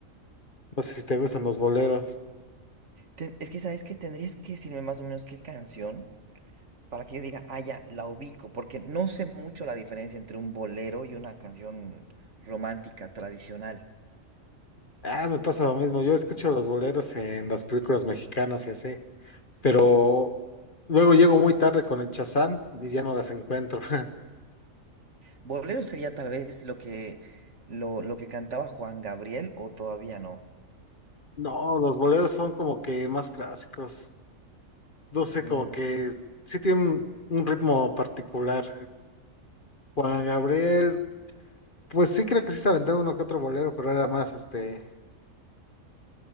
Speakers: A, on the left; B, on the right.
A: no sé si te gustan los boleros.
B: Ten- es que, ¿sabes qué? Tendrías que decirme más o menos qué canción para que yo diga, ah, ya, la ubico, porque no sé mucho la diferencia entre un bolero y una canción romántica tradicional.
A: Ah, me pasa lo mismo, yo escucho los boleros en las películas mexicanas y así. pero luego llego muy tarde con el Shazam y ya no las encuentro. <laughs>
B: Bolero sería tal vez lo que, lo, lo que cantaba Juan Gabriel o todavía no.
A: No, los boleros son como que más clásicos. No sé,
B: Uy,
A: como
B: ma-
A: que sí tienen un ritmo particular. Juan Gabriel, pues sí creo que sí se aventaba uno que otro bolero, pero era más este,